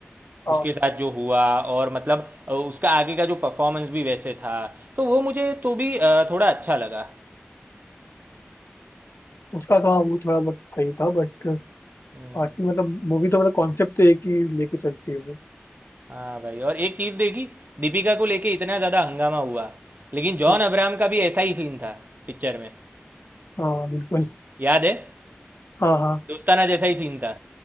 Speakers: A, on the left; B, on the right.
A: हाँ
B: उसके साथ जो हुआ और मतलब अ, उसका आगे का जो परफॉर्मेंस भी वैसे था तो वो मुझे तो भी अ, थोड़ा अच्छा लगा
A: उसका तो हाँ वो थोड़ा बहुत सही था बट
B: हम्म।
A: बाकी मतलब मूवी तो मतलब कॉन्सेप्ट तो एक ही लेके चलती है वो
B: हाँ भाई और एक चीज़ देखी दीपिका को लेके इतना ज़्यादा हंगामा हुआ लेकिन जॉन
A: हम्म,
B: अब्राहम का भी ऐसा ही सीन था पिक्चर में
A: हाँ बिल्कुल
B: याद है
A: हाँ हाँ
B: दोस्ताना जैसा ही सीन था